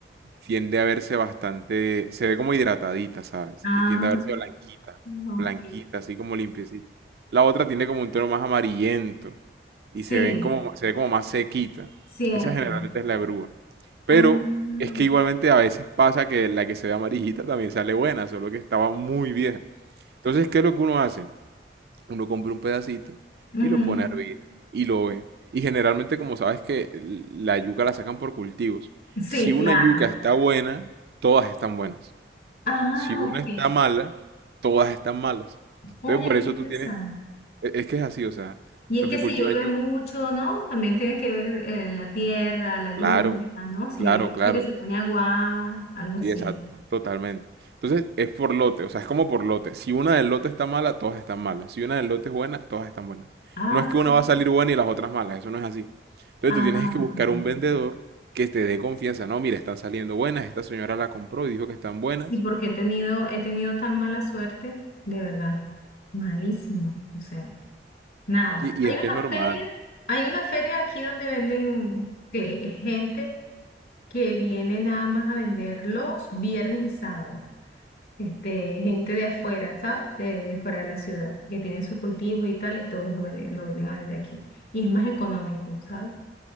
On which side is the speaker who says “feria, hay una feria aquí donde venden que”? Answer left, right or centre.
Left